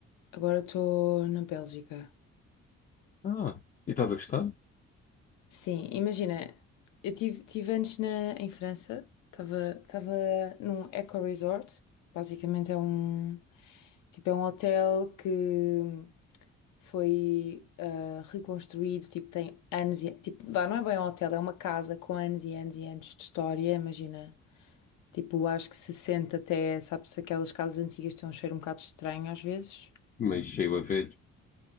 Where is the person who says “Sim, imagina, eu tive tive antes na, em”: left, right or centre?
Left